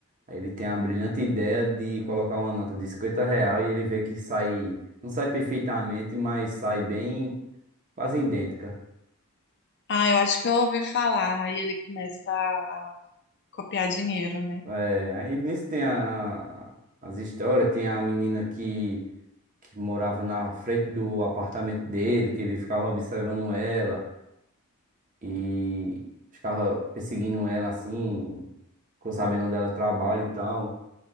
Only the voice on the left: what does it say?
Ah, eu acho que eu ouvi falar. Aí ele começa a, a copiar dinheiro, né?